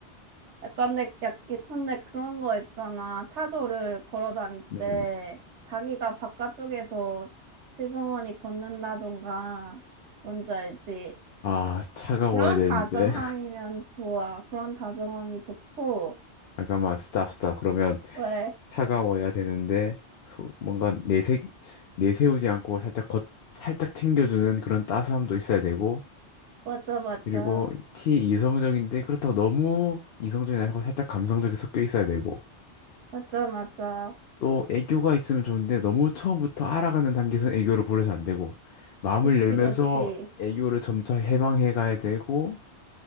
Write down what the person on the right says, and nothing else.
약간 내, 약, 예컨대 그런 거 있잖아. 차도를 걸어 다닐
때 자기가 바깥쪽에서 슬그머니 걷는다던가, 뭔지 알지?
그런
다정함이면 좋아. 그런 다정함이 좋고,
왜?
맞아, 맞아.
맞아, 맞아.
그치,
그치.